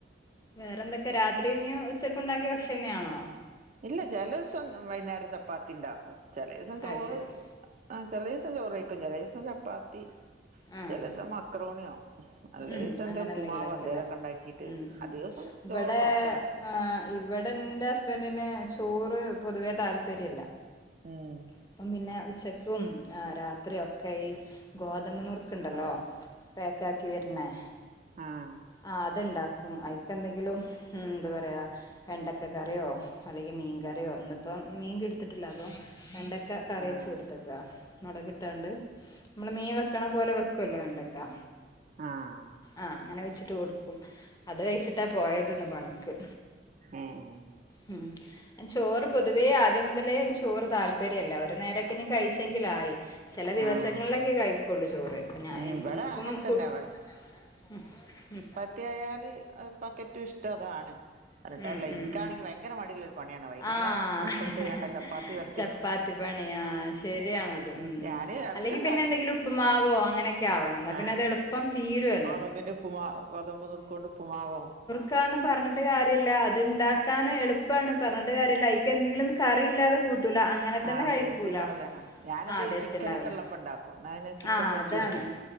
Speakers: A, on the left (about 20°); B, on the right (about 45°).
A: വേറെന്തൊക്കെ രാത്രി ഇഞ്ഞും ഉച്ചക്കുണ്ടാക്കിയ ഭക്ഷണന്നെയാണോ
B: ഇല്ല ചെലെസം വൈകുന്നേരം ചപ്പാത്തിണ്ടാക്കും. ചെലെസം ചോറ്
A: അത് ശരി
B: ആഹ് ചെലെസം ചോറയ്ക്കും ചെലെസം ചപ്പാത്തി
A: ആഹ്
B: ചെലെസം മക്രോണിയോ അല്ലേസം
A: ഉം
B: എന്തെ
A: അങ്ങനെ
B: ഉപ്പുമാവോ
A: എന്തെങ്കിലൊക്കെല്ലേ
B: എന്തേലൊക്കെ ഇണ്ടാക്കിട്ട്
A: ഉം ഉം
B: അധികസം
A: ഇവിടെ
B: ചോറ് കൊറക്കലാ
A: ആഹ് ഇവടെൻ്റെ ഹസ്ബൻഡ്ന് ചോറ് പൊതുവേ താല്പര്യല്ല
B: ഹ്മ്മ്
A: അപ്പം പിന്നെ ഉച്ചക്കും ആഹ്‌ രാത്രി ഒക്കെ ഈ ഗോതമ്പ് നുറ്ക്ക്ണ്ടല്ലോ
B: ആഹ്
A: പേക്കാക്കി വെര്ണെ
B: ആഹ്
A: ആഹ്‌ അത്ണ്ടാ ക്കും അയ്ക്കന്തെങ്കിലും ഹ്മ്മ് എന്താ പറയാ വെണ്ടക്കക്കറിയോ അല്ലെങ്കി മീൻകറിയോ ഇന്ന്പ്പം മീൻ കിട്ത്തിട്ടില്ല അതോ വെണ്ട ക്ക കറിയെച്ചോട്ത്തക്കാ
B: ആഹ്
A: മൊളകിട്ടാണ്ട് നമ്മളെ മീൻ വെക്ക്ണ പോലെ വെക്കല്ലോ വെണ്ടെക്ക
B: ആഹ്
A: ആഹ് അങ്ങനെ വെച്ചിട്ട് കൊടുക്കും. അത് കഴ്‌ച്ചിട്ടാ പോയത്ന്ന് പണിക്ക്
B: ഏഹ്‌
A: ഹ്മ്മ് ചോറ് പൊതുവേ ആദ്യം മുതലേ ചോറ് താല് പര്യല്ല ഒര് നേരൊക്കെഞ്ഞി കഴിച്ചെങ്കിലായി. ചെല ദിവസങ്ങളിലൊക്കെ
B: ആഹ്
A: കഴിക്കൊള്ളൂ ചോറ് ഞാ
B: ഉം
A: ഇന്ക്കും
B: ഇവിടെ അങ്ങനെ തന്നെ
A: കു--ഹ്മ്മ് ഹ്മ്മ്
B: ത്തെ ആയാല് അത് ഇപ്പാക്കേറ്റും ഇഷ്ടതാണ്. അത്ട്ടാരില്ല
A: ഉം ഉം
B: ഇൻക്കാണങ്കി
A: ഉം
B: ഭയങ്കര മടില്ലൊരു പണിയാണ് വൈകുന്നരം
A: ആഹ്
B: അട്പ്പതോയാണ്ട് ചപ്പാത്തി പര്
A: ചപ്പാത്തി പണി ആഹ്‌ ശെരിയാണത് ഹ്മ്മ്.
B: ഞാന് എടക്കുണ്ടാക്കും
A: അല്ലെങ്കിൽ പിന്നെ എന്തെങ്കിലും ഉപ്പ്മാവോ അങ്ങനെയൊക്കെയാവണം എന്നാ
B: ആഹ്
A: പിന്നെ അത് എളുപ്പം തീരുവല്ലോ
B: ഗോതമ്പിന്റെ ഉപ്പ് മാ ഗോതമ്പ് നുറ്ക്കോണ്ട് ഉപ്പ്മാവോ
A: ക്കാ പറഞ്ഞിട്ട് കാര്യല്ലാ അത്ണ്ടാക്കാന് എളുപ്പാണ് പറഞ്ഞിട്ട് കാര്യല്ല അയ്ക്ക് എന്തെങ്കിലും കറിയില്ലാതെ കൂ ട്ടൂല അങ്ങനെ തന്നെ
B: ആഹ്
A: കഴിക്കൂല.
B: ടേസ്റ്റ് ഉണ്ടാവൂലേ ഞാനെന്താ
A: ആഹ്‌ ടേസ്റ്റ്ണ്ടാവുലാ
B: ചിക്കനൊക്കെ ഉള്ളപ്പോ ഉണ്ടാക്കും എന്നാ പിന്നെ ചിക്കൻ
A: ആഹ്‌
B: പൊരിച്ചു
A: അതാണ്
B: കൊടുക്കും